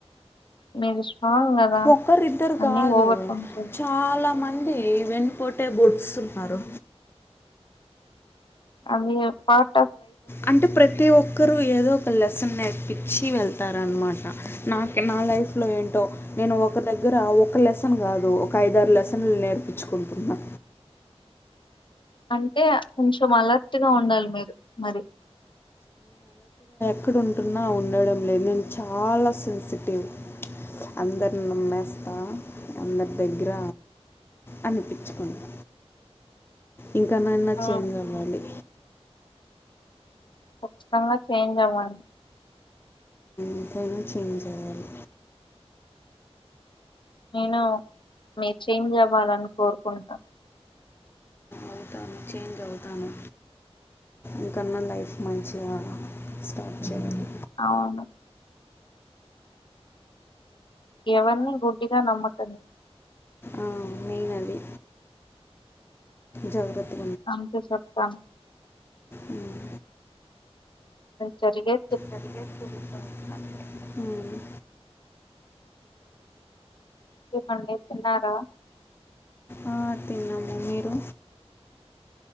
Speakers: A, on the left; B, on the left.
A: మీరు స్ట్రాంగ్ కదా
B: ఒక్కరు ఇద్దరు
A: అన్ని
B: కాదు
A: ఓవర్కమ్ చే
B: చాలా మ ంది వెన్నుపోటే బొడుస్తున్నారు
A: అ పాట
B: అంటే ప్రతి ఒక్కరు ఏదో ఒక లెసన్ నేర్పి చ్చి వెళ్తారనమాట నాక నా లైఫ్ లో ఏంటో నేను ఒక దగ్గర ఒక లెసన్ కాదు ఒక ఐదారు లెసన్లు నేర్పించుకుంటున్నా
A: అంటే కొంచెం అలర్ట్గా ఉండాలి మీరు మరి
B: అక్కడ ఉంటున్నా ఉండడం లేదు నేను చాలా సెన్సిటివ్ అందర్ని నమ్మేస్తా అందరి దగ్గర అనిపిచ్చుకుంటా ఇంకానన్న
A: ఆ
B: చేంజ్ అవ్వాలి
A: కచ్చితంగా చేంజ్ అవ్వండి
B: ఇంక అయినా చేేంజ్ అవాలి
A: నేను మీరు చేంజ్ అవ్వాలని కోరుకుంటా
B: అవుతాను చేంజ్ అవుతాను ఇంకన్నా లైఫ్ మంచిగా స్టార్ట్ చేయాలి
A: అవును ఎవరిని గుడ్డిగా నమ్మకండి
B: ఆ మెయిన్ అది జాగ్రత్త
A: అందుకే చెప్తాన
B: ఉమ్.
A: జరిగే
B: జరిగేది జరుగుతుంది హ్మ్
A: అన్నే తిన్నారా
B: ఆ, తిన్నాము మీరు